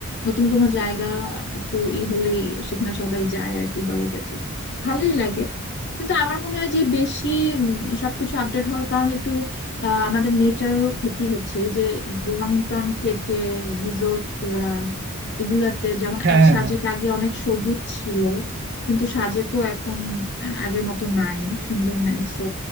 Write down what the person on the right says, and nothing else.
হ্যাঁ
হ্যাঁ
হ্যাঁ,